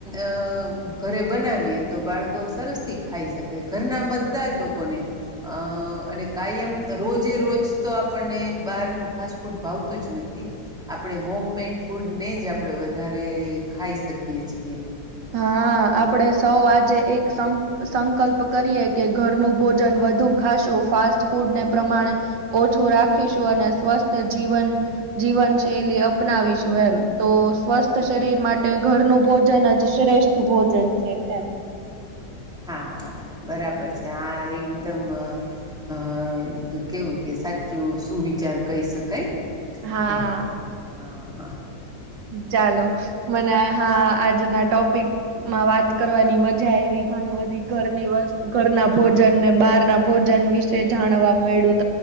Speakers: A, in the centre; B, on the right (about 85°).
A: અ ઘરે બનાવીએ તો બાળકો સરસ થી ખાઈ શકે ઘરના બધા જ લોકોને અ અને કાયમ રોજે રોજ તો આપણને બહારનું ફાસ્ટ ફૂડ ભાવતું જ નથી આપણે હોમમેડ ફૂડ ને જ આપણે વધારે ખાઈ શકીએ છીએ.
B: હા આપડે સૌ આજે એક સંક સંકલ્પ કરીએ કે ઘરનું ભોજન વધુ ખાશું ફાસ્ટ ફૂડને પ્રમાણે ઓછું રાખીશું અને સ્વસ્થ જીવન જીવન શૈલી અપનાવીશું એમ તો સ્વસ્થ શરીર માટે ઘરનું ભોજન જ શ્રેષ્ઠ ભોજન છે એમ.
A: હા બરાબર છે આ એકદમ અ અ કેવું કે સાચું સુવિચાર કહી શકાય
B: હા.
A: એમ હ-હ.
B: ચાલો મને હા આજના ટોપિક માં વાત કરવાની મજા આવી ઘણી બધી ઘરની વસ્તુ ઘરના ભોજન ને બહાર ના ભોજન વિશે જાણવા મળ્યું.